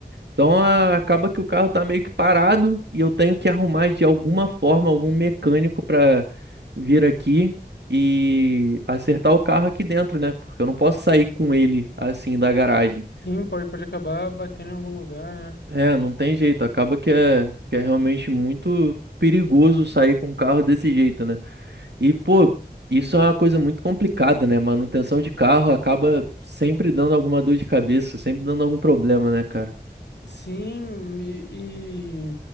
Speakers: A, on the right; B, on the left.
A: Então a- acaba que o carro tá meio que parado e eu tenho que arrumar de alguma forma algum mecânico para vir aqui e acertar o carro aqui dentro, né? Porque eu não posso sair com ele assim da garagem.
B: Sim, pode, pode acabar batendo em algum lugar, né?
A: É, não tem jeito. Acaba que é, que é realmente muito perigoso sair com um carro desse jeito, né? E, pô, isso é uma coisa muito complicada, né? Manutenção de carro acaba sempre dando alguma dor de cabeça, sempre dando algum problema, né, cara?
B: Sim, e, e